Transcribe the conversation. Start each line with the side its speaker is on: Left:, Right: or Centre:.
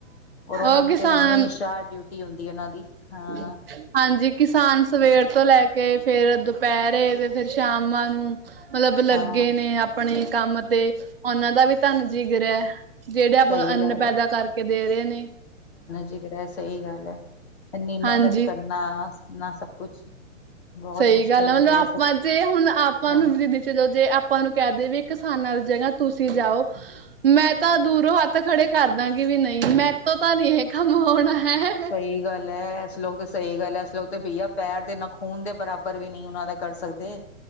Left: ਔਰ ਉਹਨਾਂ
Right: ਉਹ
Left: ਨੂੰ
Right: ਕਿਸਾਨ
Left: ਤੇ ਹਮੇਸ਼ਾ ਡਿਊਟੀ ਡਿਊਟੀ ਹੁੰਦੀ ਹੈ ਉਹਨਾਂ ਦੀ। ਹਾਂ
Right: <inaudible> ਹਾਂਜੀ, ਕਿਸਾਨ ਸਵੇਰ ਤੋਂ ਲੈ ਕੇ ਫਿਰ ਦੁਪਹਿਰੇ ਤੇ ਫਿਰ ਸ਼ਾਮਾਂ ਨੂੰ ਮਤਲਬ ਲੱਗੇ
Left: ਹਾਂ
Right: ਨੇ ਆਪਨੇ ਕੰਮ ਤੇ, ਉਹਨਾਂ ਦਾ ਵੀ ਧੰਨ ਜਿਗਰਾ - ਜਿਹੜੇ ਆਪ
Left: ਸਹੀ
Right: ਅੰਨ
Left: ਗੱਲ
Right: ਪੈਦਾ
Left: ਹੈ
Right: ਕਰਕੇ ਦੇ ਰਹੇ ਨੇ।
Left: ਜਿਗਰਾ ਸਹੀ ਗੱਲ ਹੈ। ਇੰਨੀ ਮਿਹਨਤ
Right: ਹਾਂਜੀ।
Left: ਕਰਨਾ ਇੰਨਾ ਸਭ ਕੁਛ। ਬਹੁਤ
Right: ਸਹੀ
Left: ਮੁਸ਼ਕਿਲ
Right: ਗੱਲ ਹੈ
Left: ਹੁੰਦਾ
Right: ਮਤਲਬ ਆਪਾਂ'ਤੇ
Left: ਸੱਚ
Right: ਹੁਣ ਆਪਾਂ
Left: ਹਾਂ
Right: ਨੂੰ ਵੀ ਜ- ਚਲੋ ਜੇ ਆਪਾਂ ਨੂੰ ਕਹਿ ਦੇ ਵੀ ਕਿਸਾਨਾਂ ਦੀ ਜਗਾ ਤੁਸੀਂ ਜਾਓ- ਮੈਂ ਤਾਂ ਦੂਰੋਂ ਹੱਥ ਖੜੇ ਕਰਦਾਂਗੀ ਵੀ ਨਹੀਂ ਮੈਂ ਤੋਂ ਤਾਂ ਨੀ ਐਹ ਕੰਮ ਹੋਣਾ। ਹੈ।
Left: ਸਹੀ ਗੱਲ ਹੈ। ਇਸ ਲੋਕ ਤਾਂ ਸਹੀ ਗੱਲ ਹੈ। ਇਸ ਲੋਕ ਤੇ ਬਈ ਪੈਰ ਦੇ ਨਖੂਨ ਦੇ ਬਰਾਬਰ ਵੀ ਨਹੀਂ ਉਹਨਾਂ ਦਾ ਕਰ ਸਕਦੇ,